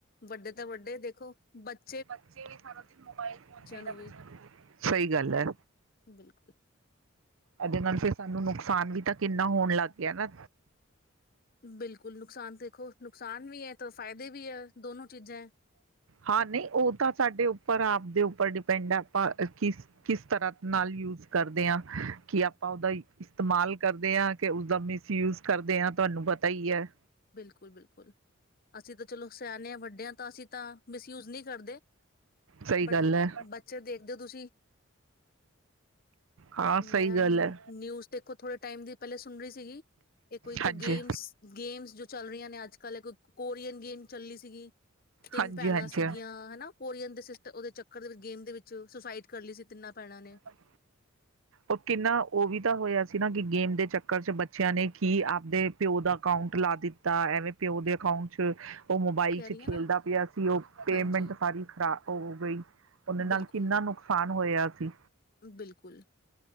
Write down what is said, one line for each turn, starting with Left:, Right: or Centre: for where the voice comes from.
Left: ਵੱਡੇ ਤਾਂ ਵੱਡੇ ਦੇਖੋ ਬੱ
Right: ਬੱਚੇ ਵੀ ਸਾਰਾ ਦਿਨ ਮੋਬਾਇਲ ਫੋਨ ਚਾਹੀਦਾ
Left: ਨੂੰ ਵੀ
Right: ਸਹੀ ਗੱਲ ਹੈ
Left: ਬਿਲਕੁਲ।
Right: ਇਹਦੇ ਨਾਲ ਫਿਰ ਸਾਨੂੰ ਨੁਕਸਾਨ ਵੀ ਤਾਂ ਕਿੰਨਾ ਹੋਣ ਲੱਗ ਗਿਆ ਨਾ
Left: ਬਿਲਕੁਲ ਨੁਕਸਾਨ ਦੇਖੋ ਨੁਕਸਾਨ ਵੀ ਹੈ ਤਾਂ ਫਾਇਦੇ ਵੀ ਹੈ ਦੋਨੋ ਚੀਜ਼ਾਂ ਹੈ।
Right: ਹਾਂ ਨਹੀਂ ਉਹ ਤਾਂ ਸਾਡੇ ਉੱਪਰ ਆਪ ਦਿਓ ਉੱਪਰ ਡਿਪੈਂਡ ਹੈ ਆਪਾਂ ਕਿਸ ਕਿਸ ਤਰ੍ਹਾਂ ਨਾਲ ਯੂਜ ਕਰਦੇ ਹਾਂ ਕੀ ਆਪਾਂ ਉਹਦਾ ਇਸਤੇਮਾਲ ਕਰਦੇ ਹਾਂ ਕਿ ਉਸਦਾ ਮਿਸਯੂਜ ਕਰਦੇ ਹਾਂ ਤੁਹਾਨੂੰ ਪਤਾ ਹੀ ਹੈ
Left: ਬਿਲਕੁਲ ਬਿਲਕੁਲ ਅਸੀਂ ਤਾਂ ਚਲੋ ਸਿਆਨੇ ਵੱਡੇ ਆ ਤਾਂ ਅਸੀਂ ਤਾਂ ਮਿਸਯੂਜ ਨਹੀਂ ਕਰਦੇ
Right: ਸਹੀ
Left: ਬਟ
Right: ਗੱਲ ਹੈ
Left: ਬੱਚੇ ਦੇਖਦੇ ਹੋ ਤੁਸੀਂ
Right: ਹਾਂ
Left: ਮੈਂ
Right: ਸਹੀ
Left: ਉਹਨੂੰ
Right: ਗੱਲ ਹੈ
Left: ਨਿਊਜ਼ ਦੇਖੋ ਥੋੜੇ ਟਾਈਮ ਦੀ ਪਹਿਲੇ ਸੁਣ ਰਹੀ ਸੀਗੀ ਇਹ ਕੋਈ ਜੋ
Right: ਹਾਂਜੀ
Left: ਗੇਮਸ ਗੇਮਸ ਜੋ ਚੱਲ ਰਹੀਆਂ ਨੇ ਅੱਜ ਕੱਲ੍ਹ ਇੱਕ ਕੋਰੀਅਨ ਗੇਮ ਚੱਲੀ ਸੀਗੀ ਤਿੰਨ
Right: ਹਾਂਜੀ
Left: ਭੈਣਾਂ
Right: ਹਾਂਜੀ
Left: ਸੀਗੀਆਂ ਹਨਾ ਕੋਰੀਅਨ ਦੇ ਸਿਸ ਤੇ ਉਹਦੇ ਚੱਕਰ ਦੇ ਵਿੱਚ ਗੇਮ ਦੇ ਵਿੱਚ ਸੁਸਾਈਡ ਕਰ ਲਈ ਸੀ ਤਿੰਨਾਂ ਭੈਣਾਂ ਨੇ
Right: ਕਿੰਨਾ ਉਹ ਕਿੰਨਾ ਉਹ ਵੀ ਤਾਂ ਹੋਇਆ ਸੀ ਨਾ ਕਿ ਗੇਮ ਦੇ ਚੱਕਰ ਚ ਬੱਚਿਆਂ ਨੇ ਕੀ ਆਪਦੇ ਪਿਓ ਦਾ ਅਕਾਊਂਟ ਲਾ ਦਿੱਤਾ ਐਵੇਂ ਪਿਓ ਦੇ ਅਕਾਊਂਟ ਚ ਉਹ ਮੋਬਾਈਲ
Left: ਕਹਿ
Right: ਚ
Left: ਰਹੀ
Right: ਖੇਲਦਾ
Left: ਹੈ ਨਾ
Right: ਪਿਆ ਸੀ ਉਹ ਪੇਮੈਂਟ
Left: ਹਾਂਜੀ
Right: ਸਾਰੀ ਖਰਾ ਹੋ ਗਈ ਉਹਦੇ ਨਾਲ
Left: ਬਿਲਕੁਲ
Right: ਕਿੰਨਾ ਨੁਕਸਾਨ ਹੋਇਆ ਸੀ
Left: ਬਿਲਕੁਲ